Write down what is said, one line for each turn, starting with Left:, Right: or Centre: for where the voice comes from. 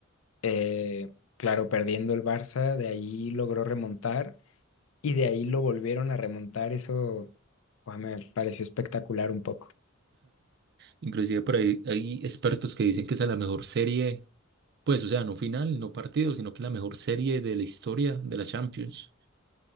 Left: Eh, claro, perdiendo el Barça, de ahí logró remontar y de ahí lo volvieron a remontar. Eso guau, me pareció espectacular un poco.
Right: inclusive por ahí hay expertos que dicen que esa es la mejor serie, pues o sea, no final, no partido, sino que la mejor serie de la historia de la Champions.